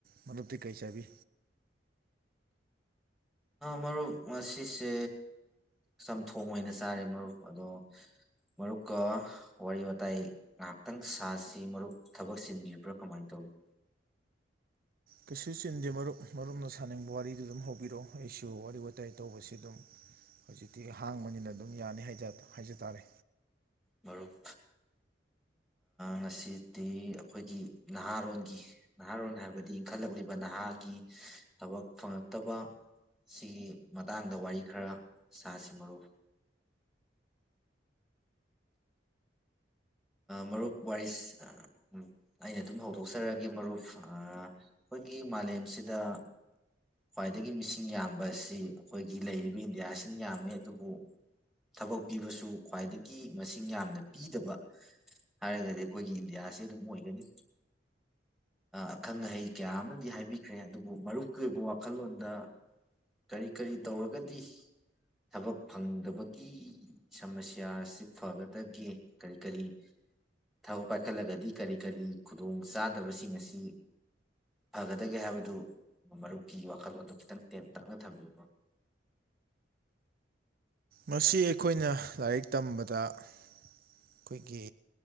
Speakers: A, on the right; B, in the centre.
A: ꯃꯔꯨꯞꯇꯤ ꯀꯩ ꯆꯥꯕꯤ
B: ꯃꯔꯨꯞ ꯑꯁꯤꯁꯦ ꯆꯝꯊꯣꯡ ꯑꯣꯏꯅ ꯆꯥꯔꯦ ꯃꯔꯨꯞ ꯑꯗꯣ ꯃꯔꯨꯞꯀ ꯋꯥꯔꯤ ꯋꯥꯇꯥꯏ ꯉꯍꯥꯛꯇꯪ ꯁꯥꯁꯤ ꯃꯔꯨꯞ ꯊꯕꯛ ꯆꯤꯟꯕꯤꯕ꯭ꯔꯥ ꯀꯃꯥꯏꯅ ꯇꯧꯏꯤ
A: ꯀꯩꯁꯨ ꯆꯤꯟꯗꯦ ꯃꯔꯨꯞ ꯃꯔꯨꯞꯅ ꯁꯥꯅꯤꯡꯕ ꯋꯥꯔꯤꯗꯨ ꯑꯗꯨꯝ ꯍꯧꯕꯤꯔꯛꯑꯣ ꯑꯩꯁꯨ ꯋꯥꯔꯤ ꯋꯥꯇꯥꯏ ꯇꯧꯕꯁꯤ ꯑꯗꯨꯝ ꯍꯧꯖꯤꯛꯇꯤ ꯍꯥꯡꯕꯅꯤꯅ ꯑꯗꯨꯝ ꯌꯥꯅꯤ ꯍꯥꯏꯖ ꯇꯥꯔꯦ
B: ꯃꯔꯨꯞ ꯉꯁꯤꯗꯤ ꯑꯩꯈꯣꯏꯒꯤ ꯅꯍꯥꯔꯣꯟꯒꯤ ꯅꯍꯥꯔꯣꯟ ꯍꯥꯏꯕꯗꯤ ꯏꯟꯈꯠꯂꯛꯂꯤꯕ ꯅꯍꯥꯒꯤ ꯊꯕꯛ ꯐꯪꯉꯛꯇꯕ ꯁꯤꯒꯤ ꯃꯇꯥꯡꯗ ꯋꯥꯔꯤ ꯈꯔ ꯁꯥꯁꯤ ꯃꯔꯨ ꯃꯔꯨꯞ ꯋꯥꯔꯤꯁ ꯎꯝ ꯑꯩꯅ ꯑꯗꯨꯝ ꯍꯧꯗꯣꯛꯆꯔꯛꯑꯒꯦ ꯃꯔꯨꯞ ꯑꯩꯈꯣꯏꯒꯤ ꯃꯥꯂꯦꯝꯁꯤꯗ ꯈ꯭ꯋꯥꯏꯗꯒꯤ ꯃꯤꯁꯤꯡ ꯌꯥꯝꯕ ꯑꯁꯤ ꯑꯩꯈꯣꯏꯒꯤ ꯂꯩꯔꯤꯕ ꯏꯟꯗꯤꯌꯥꯁꯤꯅ ꯌꯥꯝꯃꯦ ꯑꯗꯨꯕꯨ ꯊꯕꯛ ꯄꯤꯕꯁꯨ ꯈ꯭ꯋꯥꯏꯗꯒꯤ ꯃꯁꯤꯡ ꯌꯥꯝꯅ ꯄꯤꯗꯕ ꯍꯥꯏꯔꯒꯗꯤ ꯑꯩꯈꯣꯏꯒꯤ ꯏꯟꯗꯤꯌꯥꯁꯤ ꯑꯗꯨꯝ ꯑꯣꯏꯒꯅꯤ ꯑꯈꯪ ꯑꯍꯩ ꯀꯌꯥ ꯑꯃꯅꯗꯤ ꯍꯥꯏꯕꯤꯈ꯭ꯔꯦ ꯑꯗꯨꯕꯨ ꯃꯔꯨꯞꯀꯤ ꯑꯣꯏꯕ ꯋꯥ ꯋꯥꯈꯜꯂꯣꯟꯗ ꯀꯔꯤ ꯀꯔꯤ ꯇꯧꯔꯒꯗꯤ ꯊꯕꯛ ꯐꯪꯗꯕꯒꯤ ꯁꯃꯁ꯭ꯌꯥ ꯑꯁꯤ ꯐꯒꯗꯒꯦ ꯀꯔꯤ ꯀꯔꯤ ꯊꯕꯛ ꯄꯥꯏꯈꯠꯂꯒꯗꯤ ꯀꯔꯤ ꯀꯔꯤ ꯈꯨꯗꯣꯡ ꯆꯥꯗꯕꯁꯤꯡ ꯑꯁꯤ ꯐꯒꯗꯒꯦ ꯍꯥꯏꯕꯗꯨ ꯃꯔꯨꯞ ꯐꯤ ꯋꯥꯈꯜꯂꯣꯟꯗꯣ ꯈꯤꯇꯪ ꯇꯦꯟ ꯇꯛꯅ ꯊꯝꯕꯤꯣ
A: ꯃꯁꯤ ꯑꯩꯈꯣꯏꯅ ꯂꯥꯏꯔꯤꯛ ꯇꯝꯕꯗ ꯑꯩꯈꯣꯏꯒꯤ